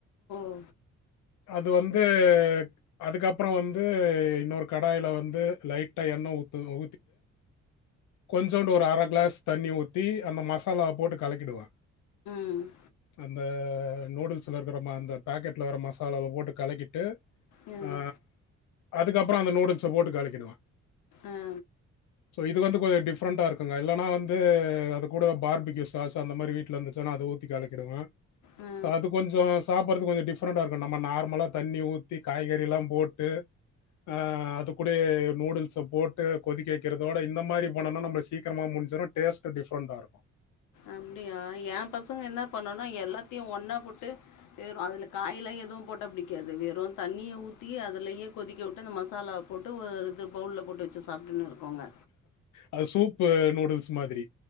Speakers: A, on the left (about 85°); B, on the left (about 70°).
A: ஓ
B: அது வந்து அதுக்கப்பறோ வந்து இன்னொரு கடாயில வந்து லைட்டா எண்ணெ ஊத்தணு கொஞ்சோண்டு ஒரு அரை க்ளாஸ் தண்ணி ஊத்தி அந்த மசாலாவ போட்டு கலக்கிடுவே
A: ம்
B: அந்த நூடுல்ஸ இருக்குற அந்த பா மசாலாவ பேக்கெட்டில் வர மசாலாவ போட்டு கலக்கிட்டு
A: ம்
B: ஆ அதுக்கப்பறோ அந்த நூடுல்ஸ போட்டு கழக்கிடுவே
A: ஆ
B: சோ இது வந்து கொஞ்சோ டிஃப்ரெண்ட்டாக இருக்குங்க இல்லன்னா வந்து அது கூட பார்பிக்யூஸ் சாஸ் அந்த மாரி வீட்ல இருந்துச்சின்னா நா அத ஊத்தி கலக்கிடுவே
A: ஆ
B: ஸோ அது கொஞ்சோ சாப்ட்றத்துக்கு கொஞ்சோ டிஃப்ரெண்டா இருக்கு நம்ம நார்மலா தண்ணி ஊத்தி காய்கறிலா போட்டு ஆ அது கூடயே நூடுல்ஸ போட்டு கொதிக்க வக்கிறதோட இந்த மாரி பண்ணுனோன்னா நம்மளுக்கு சீக்கிரமாக முடிஞ்சிரு டேஸ்ட் டிஃப்ரெண்ட்டா இருக்கு
A: அப்டியா ஏ பசங்க என்ன பண்ணுன்னா எல்லாத்தையு ஒன்னா போட்டு வெறு அதுல காயெல்லா எதுவு போட்ட பிடிக்காது வெறு தண்ணிய ஊத்தி அதுலயே கொதிக்க விட்டு அந்த மசாலா போட்டு ஒரு இது பவுல்ல போட்டு வச்சி சாப்ட்டுன்னு இருக்குங்க
B: அது சூப்பு நூடுல்ஸ் மாதிரி